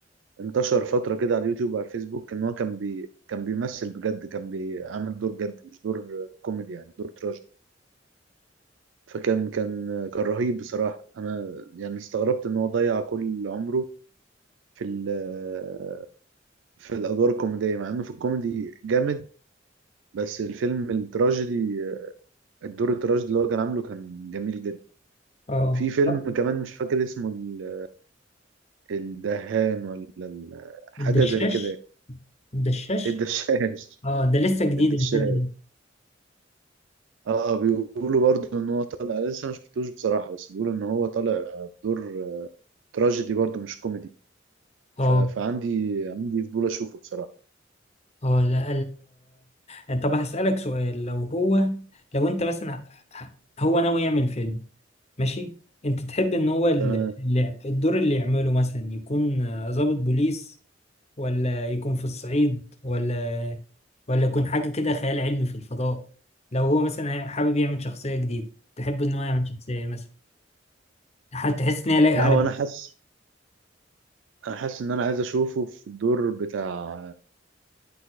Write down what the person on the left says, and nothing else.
اه
آه.
الدشاش
الدشاش
اه ده لسه
جديد
الفيلم ده.
اه
اه لا ال... طب هسألك سؤال لو هو لو انت مثلا ه- هو ناوي يعمل فيلم ماشي انت تحب ان هو ال-
اللي... الدور اللي يعمله مثلا يكون آه، ضابط بوليس ولا يكون في الصعيد ولا ولا يكون حاجة كده خيال علمي في الفضاء لو هو مثلا هي- حابب يعمل شخصية جديدة تحب ان هو يعمل شخصية إيه مثلا هتحس ان هي لايقة
عليه